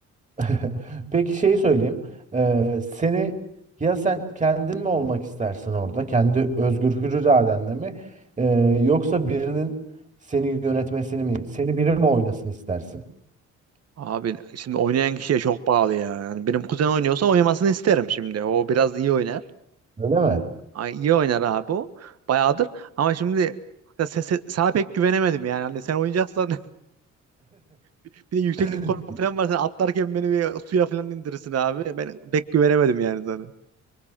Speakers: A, on the right; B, on the right.
A: <laughs> Peki şeyi söyleyeyim. Ee, seni ya sen kendin mi olmak istersin orada? Kendi özgür hür iradenle mi? Ee, yoksa birinin seni yönetmesini mi? Seni biri mi oynasın istersin?
B: Abi şimdi oynayan kişiye çok bağlı ya. Yani benim kuzen oynuyorsa oynamasını isterim şimdi. O biraz iyi oynar.
A: Öyle
B: Ay, iyi oynar abi o. Bayağıdır. Ama şimdi ya se- se- sana pek güvenemedim yani. Hani sen oynayacaksan <laughs> bir de yükseklik
A: mi?
B: korkun
A: <laughs>
B: falan var. Sen atlarken beni bir suya falan indirirsin abi. Ben pek güvenemedim yani sana.